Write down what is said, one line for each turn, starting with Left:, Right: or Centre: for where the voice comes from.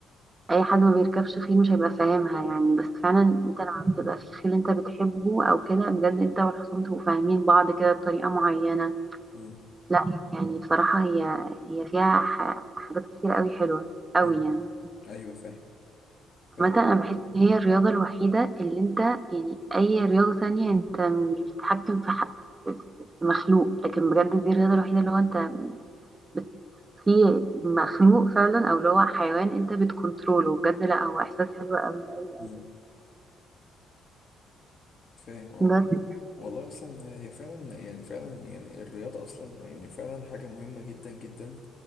Right: اي حد ما بيركبش خيل مش هيبقى فاهمها يعني بس فعلا انت لما بتبقى في خيل انت بتحبه او كده بجد انت والحصان تبقوا فاهمين بعض كده بطريقة معينة
Left: مم.
Right: لا يعني بصراحة هي هي فيها ح- حاجات كتير قوي حلوة قوي
Left: مم.
Right: يعني
Left: ايوه فاهم فاهم
Right: عامة أنا بحس إن هي الرياضة الوحيدة اللي أنت يعني أي رياضة تانية أنت مش بتتحكم في حق في مخلوق لكن بجد دي الرياضة الوحيدة اللي هو أنت بت... في مخلوق فعلا أو اللي هو حيوان أنت بتكنتروله بجد لأ هو إحساس حلو أوي أوي
Left: مم.
Right: أوي
Left: فاهم اه
Right: بس
Left: والله اصلا هي فعلا يعني فعلا يعني الرياضه اصلا يعني فعلا حاجه مهمه جدا جدا